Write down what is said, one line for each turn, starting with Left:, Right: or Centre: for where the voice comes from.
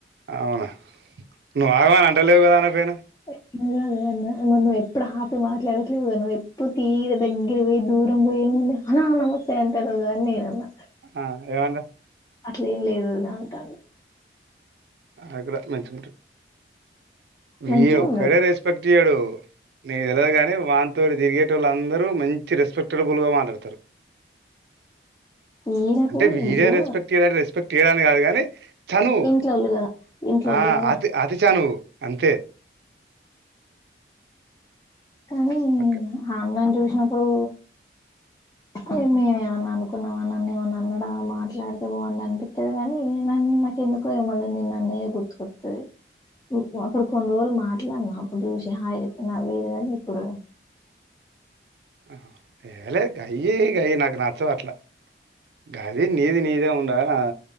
Right: అవునా నువ్వు ఆగవాని అంటలేవు కదా ఆనక పోయినవ్
Left: అ అదేన్న మరి నువ్వు ఎప్పుడు ఆపి మాట్లాడట్లేవుగా నువ్వు ఎప్పుడు తీర దగ్గర పోయి దూరం పోయేముంది అన్న నమస్తే అంటారు కాని నేన అన్న
Right: ఆ ఏమన్నది
Left: అట్లెం లేదు ఒదిన అంటాడు.
Right: అక్కడ మంచిగుంటర్ వీడోక్కడే
Left: మంచిగా ఉన్నాడు
Right: రెస్పెక్ట్ తీయడు, నీకు తెల్వదు గాని వాన్తోటి తిరిగేటోల్లాందరూ మంచి రెస్పెక్టడ్బుల్ గా మాట్లాడతారు.
Left: ఈయనకు
Right: అంటే, వీడే
Left: ఇగో
Right: రెస్పెక్ట్ ఇయడ్ రెస్పెక్ట్ తీయడానికి కాదు కని చనువు.
Left: ఇంట్లోళ్ళు కదా ఇంట్లోళ్ళు
Right: ఆ
Left: కదా
Right: అతి, అతి చనువు. అంతే.
Left: కనీ,
Right: అక్క
Left: ఆ అన్నను చూసినప్ ఓ తె, మేమ్ ఏమన్న అనుకున్నమ? నన్నేమన్నా అన్నాడా? మాట్లాడితే బావుండు అనిపిత్తది కనీ, నన్ను నాకెందుకో మల్ల నిన్నన్నయే గుర్తుకత్తది. ఉమ్ అప్పుడు కొన్ని రోజులు మాట్లాడినా, అప్పుడు చూసి హాయి చెప్పి నవ్వేది కాని ఇప్పుడు.
Right: అహా, తెహలె గయ్యే గయి నాకు నచ్చవు అట్లా. గది నీది నీదే ఉన్ ఉంటద కాద?